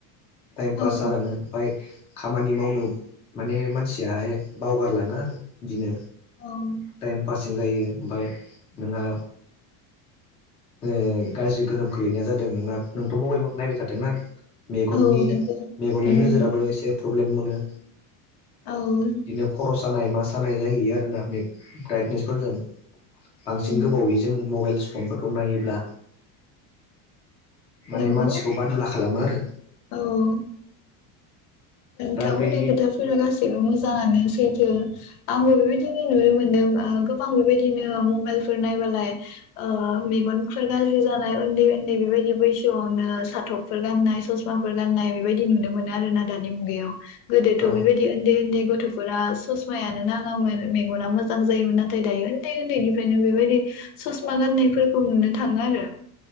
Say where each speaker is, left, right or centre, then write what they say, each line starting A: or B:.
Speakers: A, on the left; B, on the left.
A: टाइम पास
B: औ
A: जालाङो ओमफाय खामानि मावनो माने मानसियाहाय बावगारलाङो आरो बिदिनो
B: औ
A: टाइम पासिं जायो ओमफाय नोंहा
B: <inaudible>
A: ओ गाज्रि गोहोम खोलैनाया जादों नोंना नोंथ' मबाइल नायबाय थादोंना मेगननि
B: औ नंगौ
A: मेगननि
B: उम
A: नोजोराबो एसे प्रब्लेम मोनो
B: औ
A: दिनो खर' सानाय मा सानाय जाहैयो आरो ना मेग ब्राइटनेसफोरजों बांसिन
B: औ
A: गोबावै मबाइलस् फनफोरखौ नायोब्ला माने
B: नंगौ
A: मानसिखौ बादुला खालामो आरो
B: औ नोंथां
A: दा
B: बुंनाय
A: बेनि
B: खोथाफोरा गासैबो मोजाङानो जिथो आंबो बेबायदिनो नुनो मोनदों ओ गोबां बेबायदिनो मबाइलफोर नायबालाय ओ मेगनफोर गाज्रि जानाय ओन्दै ओन्दै बेबायदि बैसोआवनो साथबफोर गाननाय स स्माफोर गाननाय बेबायदि नुनो मोनो आरोना दानि मुगायाव गोदोथ'
A: औ
B: बेबायदियै ओन्दै ओन्दै गथ' फोरा ससमायानो नाङामोन मेगना मोजां जायोमोन नाथाय दायो ओन्दै ओन्दैनिफ्रायनो बेबायदि ससमा गाननायफोरखौ नुनो थाङो आरो